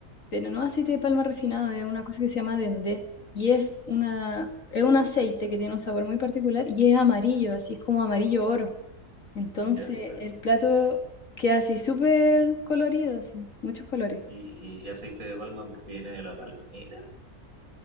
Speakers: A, on the left; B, on the right.
A: pero no aceite de palma refinado, es una cosa que se llama dendé y es una, es un aceite que tiene un sabor muy particular y es amarillo, así es como amarillo oro. Entonces
B: ya, pero.
A: el plato queda así súper colorido, así, muchos colores.
B: ¿Y, y- y aceite de palma porque viene de la palmera?